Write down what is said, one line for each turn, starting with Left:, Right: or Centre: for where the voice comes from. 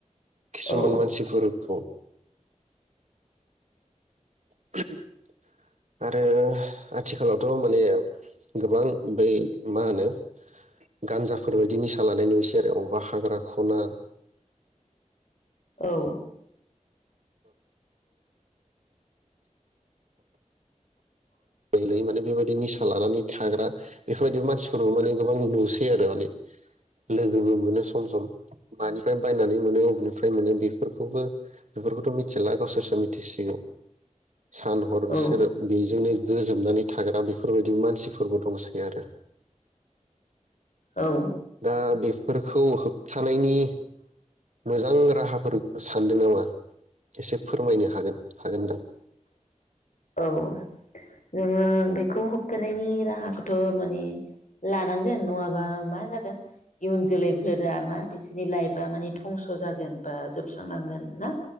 Right: किसुमान
Left: औ
Right: मानसिफोरखौ। <unintelligible> आरो आथिखालावथ' माने गोबां बै मा होनो गान्जाफोरबायायदि निसा लानाय नुयोसै आरो अबा हाग्रा ख'ना
Left: औ
Right: लैलै माने बेबायदि निसा लानानै थाग्रा बेफोरबायदि मानसिफोरबो माने गोबां नुसै आरो माने लोगोबो मोनो सम सम मानिफ्राय बायनानै मोनो बबेनिफ्राय मोनो बेफोरखौबो बेफोरखौथ' मिथिला गावसोरसो मिथिसिगौ सान हर बिसोरो
Left: औ
Right: बेजोंनो गोजोबनानै थाग्रा बेफोरबायदि मानसिफोरबो दंसै आरो
Left: औ
Right: दा बेफोरखौ होबथानायनि मोजां राहाफोर सानदों नामा एसे फोरमायनो हागोन हागोनदां?
Left: औ जोङो बेखौ होबथानायनि राहाखौथ' माने लानांगोन नङाबा मा जागोन इयुन जोलैफोरा मा बिसोरनि लाइफआ माने धंस' जागोन बा जोबस्रांनांगोन ना